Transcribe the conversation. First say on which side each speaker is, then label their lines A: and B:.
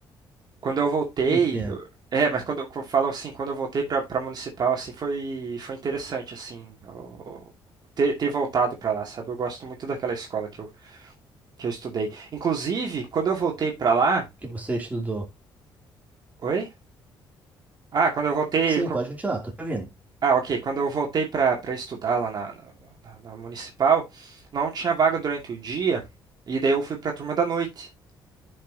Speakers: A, on the right; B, on the right.
A: quando eu voltei,
B: Entendo.
A: eu- é, mas quando eu co- falo assim, quando eu voltei pra para municipal, assim, foi foi interessante assim, o- ter, ter voltado pra lá, sabe? Eu gosto muito daquela escola que eu que eu estudei. Inclusive, quando eu voltei pra lá,
B: Que você estudou.
A: oi? Ah, quando eu voltei,
B: Sim,
A: co-
B: pode continuar, tô te ouvindo.
A: ah, ok, quando eu voltei pra para estudar lá na, na na- na municipal, não tinha vaga durante o dia, e daí eu fui pra turma da noite.